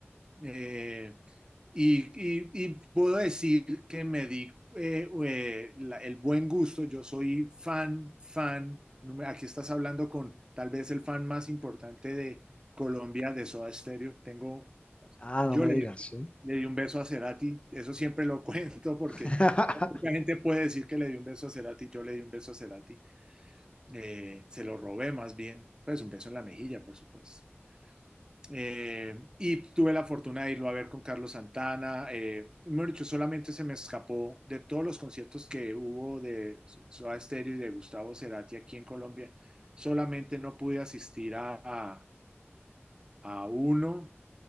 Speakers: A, on the right; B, on the left.
A: Eh, y, y- y puedo decir que me di eh, eh, la- el buen gusto. Yo soy fan, fan. no Aquí estás hablando con tal vez el fan más importante de Colombia, de Soda Stereo. Tengo,
B: Ah,
A: yo
B: no me
A: le,
B: digas, sí.
A: le di un beso a Cerati. Eso siempre lo <laughs> cuento porque
B: <laughs>
A: mucha gente puede decir que le di un beso a Cerati. Yo le di un beso a Cerati. Eh, se lo robé más bien. Pues un beso en la mejilla, por supuesto. Eh, y tuve la fortuna de irlo a ver con Carlos Santana. Eh, mejor dicho, solamente se me escapó de todos los conciertos que hubo de Soda Stereo y de Gustavo Cerati aquí en Colombia. Solamente no pude asistir a, a, a uno